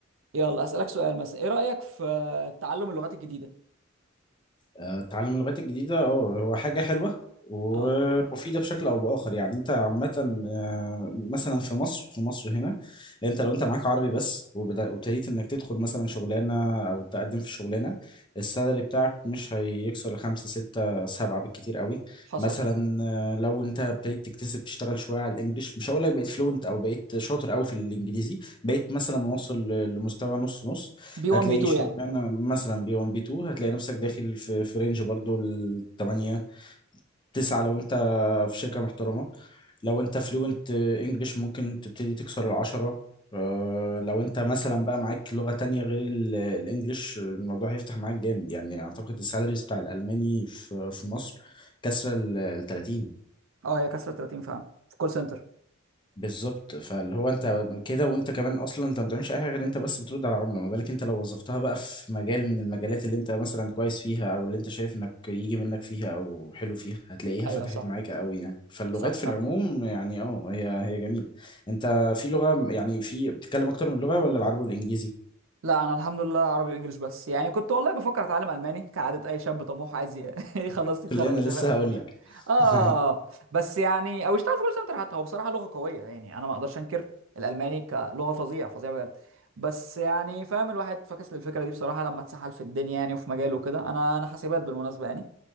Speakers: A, on the right; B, on the left.
A: يلا اسالك سؤال مثلا ايه رايك في تعلم اللغات الجديده
B: آه، تعلم اللغات الجديدة اه هو حاجة حلوة ومفيدة
A: اه
B: بشكل أو بآخر يعني أنت عامة آه، مثلا في مصر في مصر هنا أنت لو أنت معاك عربي بس وبدا- وابتديت إنك تدخل مثلا شغلانة أو تقدم في شغلانة السالري بتاعك مش هيكسر خمسة ستة سبعة بالكتير قوي
A: حصل
B: مثلا آه، لو أنت ابتديت تكتسب تشتغل شوية على الإنجليش مش هقول لك بقيت فلوينت أو بقيت شاطر قوي في الإنجليزي بقيت مثلا واصل لمستوى نص نص
A: بي
B: هتلاقي
A: 1 بي 2
B: شغلانه
A: يعني
B: مثلا بي 1 بي 2 هتلاقي نفسك داخل في في رينج برضو ال 8 9 لو انت في شركه محترمه لو انت فلوينت انجلش ممكن تبتدي تكسر العشرة آه، لو انت مثلا بقى معاك لغة تانية غير ال- الانجليش الموضوع هيفتح معاك جامد يعني اعتقد السالاريز بتاع الالماني في في مصر كسر ال 30
A: اه هي كسرت 30 فاهم في كول سنتر
B: بالظبط فاللي هو انت كده وانت كمان اصلا انت ما بتعملش اي حاجه غير انت بس بترد على العملاء ما بالك انت لو وظفتها بقى في مجال من المجالات اللي انت مثلا كويس فيها او اللي انت شايف انك يجي منك فيها او حلو فيها هتلاقيها
A: ايوه
B: فتحت
A: صح
B: معاك قوي يعني فاللغات
A: صح
B: في
A: فعلا
B: العموم يعني اه هي هي جميله انت في لغه يعني في بتتكلم اكتر من لغه ولا العربي والانجليزي
A: لا انا الحمد لله عربي وانجليش بس يعني كنت والله بفكر اتعلم الماني كعاده اي شاب طموح عايز ي- <laughs> يخلص يتخرج
B: كلنا
A: ويسافر
B: لسه
A: المانيا
B: هقول لك
A: اه آه،
B: <laughs>
A: آه. بس يعني او يشتغل في كول سنتر حتى هو بصراحه لغه قويه يعني انا ما اقدرش انكر الالماني كلغه فظيعه فظيعه بجد بس يعني فاهم الواحد فكس للفكره دي بصراحه لما اتسحل في الدنيا يعني وفي مجاله وكده انا انا حاسبات بالمناسبه يعني